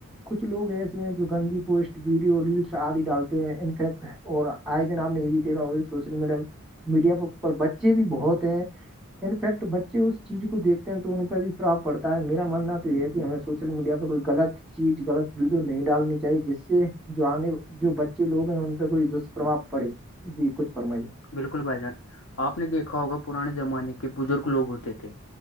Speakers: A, in the centre; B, on the left.
A: کچھ لوگ ایسے ہیں جو گندی پوسٹ ویڈیو ریلس آدی ڈالتے ہیں انفیکٹ اور آئے دن آپ نے یہ بھی دیکھا ہو سوشل میڈیا میڈیا پر بچے بھی بہت ہیں انفیکٹ بچے اس چیز کو دیکھتے ہیں تو ان پہ بھی پراب پڑتا ہے میرا ماننا تو یہ ہے کہ ہمیں سوشل میڈیا پہ کوئی غلط چیز غلط ویڈیو نہیں ڈالنی چ چاہے جس سے جو آنے جو بچے لوگ ہیں ان پہ کوئی دشپربھؤ پڑے جی کچھ فرمائیے
B: بالکل بھائی جان آپ نے دیکھا ہوگا پرانے زمانے کے بزرگ لوگ ہوتے تھے